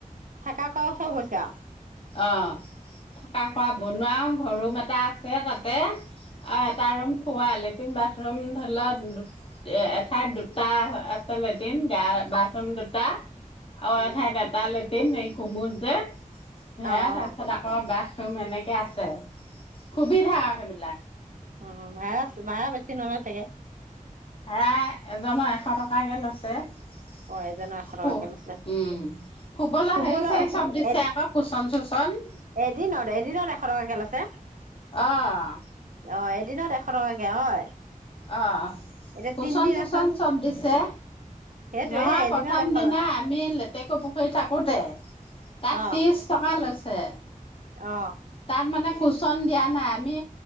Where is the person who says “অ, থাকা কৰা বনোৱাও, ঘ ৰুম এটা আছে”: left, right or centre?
Left